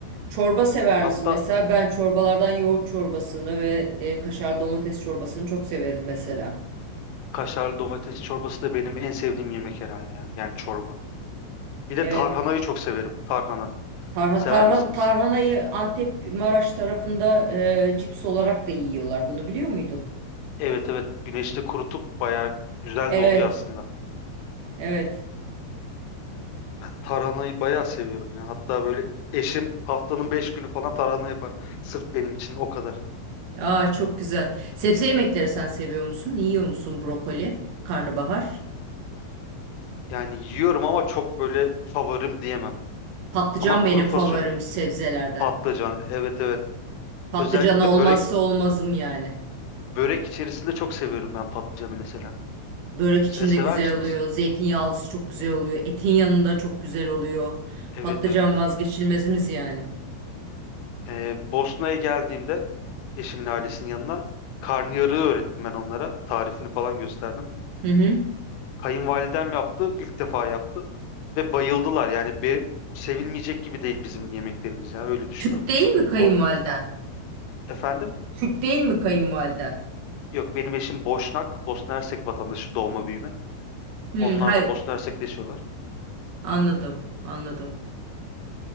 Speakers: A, on the right; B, on the left.
A: Çorba sever
B: Hatta
A: misin? Mesela ben çorbalardan yoğurt çorbasını ve e, kaşar domates çorbasını çok severim mesela.
B: kaşarlı domates çorbası da benim en sevdiğim yemek herhalde ya. Yani çorba. Bir de
A: Evet.
B: tarhanayı çok severim. Tarhana.
A: Tarha,
B: Sever
A: tarha-
B: misiniz?
A: tarhanayı Antep Maraş tarafında e, cips olarak da yiyorlar. Bunu biliyor muydun?
B: Evet evet. Güneşte kurutup bayağı güzel
A: Evet.
B: de oluyor aslında.
A: Evet.
B: Ben tarhanayı bayağı seviyorum ya. Hatta böyle eşim haftanın 5 günü falan tarhana yapar. Sırf benim için o kadar.
A: Aa çok güzel. Sebze yemekleri sen seviyor musun? Yiyor musun brokoli, karnabahar?
B: Yani yiyorum ama çok böyle favorim diyemem.
A: Patlıcan
B: Ama kuru
A: benim
B: fasulye,
A: favorim sebzelerden.
B: patlıcan, evet evet.
A: Patlıcan
B: Özellikle
A: olmazsa
B: börek
A: olmazım yani.
B: börek içerisinde çok seviyorum ben patlıcanı mesela.
A: Börek
B: Siz
A: içinde
B: de sever
A: güzel
B: misiniz?
A: oluyor. Zeytinyağlısı çok güzel oluyor. Etin yanında çok güzel oluyor.
B: Evet
A: Patlıcan
B: evet.
A: vazgeçilmezimiz yani.
B: Ee, Bosna'ya geldiğimde eşimin ailesinin yanına karnıyarığı öğrettim ben onlara. Tarifini falan gösterdim.
A: Hı hı.
B: Kayınvalidem yaptı, ilk defa yaptı ve bayıldılar. Yani be, sevilmeyecek gibi değil bizim yemeklerimiz ya öyle düşünüyorum.
A: Türk değil mi kayınvaliden?
B: O efendim
A: Türk değil mi kayınvaliden?
B: yok benim eşim Boşnak, Bosna Hersek vatandaşı doğma büyüme.
A: Hı,
B: Onlar
A: hayır.
B: da Bosna Hersek'te yaşıyorlar
A: Anladım, anladım.